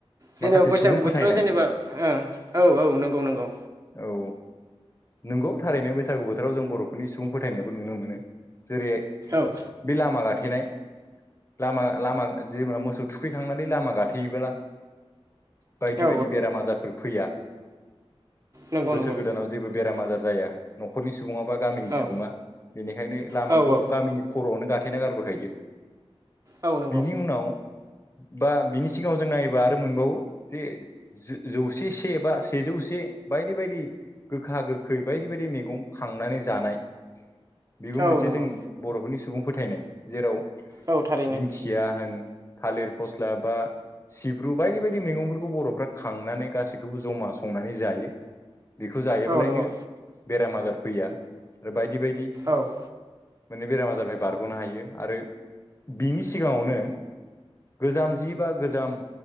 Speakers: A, on the right; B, on the left.
A: जेनेबा
B: माखासे
A: बैसागु
B: सुबुं फोथायनाय
A: बोथोराव जेनेबा औ औ नंगौ नंगौ।
B: औ नंगौ थारैनो बैसागु बोथोराव जों बर'फोरनि सुबुं फोथायनायबो नुनो मोनो। जेरैहाय
A: औ
B: बे लामा गाथेनाय लामा लामा जेनेबा मोसौ थुखैखांनानै लामा गाथेयोब्ला बायदि
A: औ
B: बायदि बेराम आजारफोर फैया।
A: नंगौ
B: बोसोर
A: नंगौ
B: गोदानाव जेबो बेराम आजार जाया न'खरनि सा सुबुङा बा गामिनि
A: औ
B: सुबुङा बेनिखायनो लामाखौ
A: औ औ
B: गामिनि खर'आवनो गाथे थेना गारबोखायो।
A: औ नंगौ
B: बिनि उनाव बा बिनि सिगाङाव जों नायोबा आरो मोनबावो जे जौसे से बा सेजौ जौसे बायदि बायदि गोखा गोखै बायदि बायदि मैगं खांनानै जानाय बेबो
A: औ
B: मोनसे
A: नंगौ
B: जों बर'फोरनि सुबुं फोथायनाय जेराव
A: औ थारैनो
B: दिंखिया होन थालिर फस्ला बा सिब्रु बायदि बायदि मैगंफोरखौ बर'फ्रा खांनानै गासैखौबो जमा संनानै जायो। बेखौ जायोबालायनो
A: औ नंगौ
B: बेराम आजार फैया आरो बायदि बायदि
A: औ
B: माने बेराम आजारनिफ्राय बारग'नो हायो आरो बिनि सिगाङावनो गोजाम जि बा गोजाम